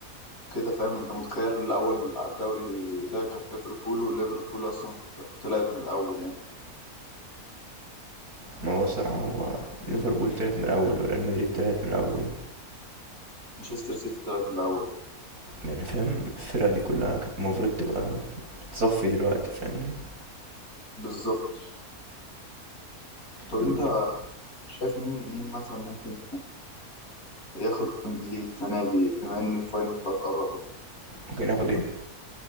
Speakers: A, on the left (about 70°); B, on the right (about 85°).
A: كده فاهم أنت متخيل الأول على الدوري ده كان ليفربول وليفربول أصلا طلعت من الأول يعني
B: ما هو الصراحة هو ليفربول طلعت من الأول وريال مدريد طلعت من الأول
A: مانشستر سيتي طلعت من الأول
B: يعني فاهم الفرق دي كلها كانت المفروض تبقى بتصفي دلوقتي فاهمني
A: بالظبط طب
B: ب-
A: أنت شايف مين مين مثلا ممكن ياخد تشامبيونز ليج السنة دي بما إن الفاينل خلاص قرب يعني
B: ممكن اخد ايه